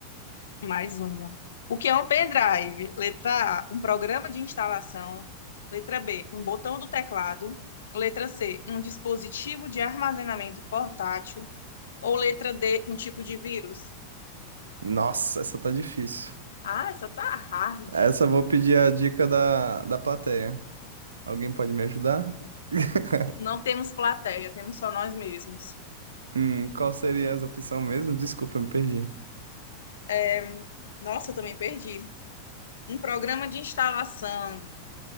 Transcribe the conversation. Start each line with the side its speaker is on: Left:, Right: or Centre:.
Left: mais uma. O que é um pendrive? Letra A, um programa de instalação. Letra B, um botão do teclado. Letra C, um dispositivo de armazenamento portátil. Ou letra D, um tipo de vírus?
Right: Nossa, essa tá difícil.
Left: Ah, essa tá hard.
Right: Essa eu vou pedir a dica da, da plateia. Alguém pode me ajudar? <laughs>
Left: Não temos plateia, temos só nós mesmos.
Right: Hum, qual seria essa opção mesmo? Desculpa, eu me perdi.
Left: É, Nossa, eu também perdi. Um programa de instalação.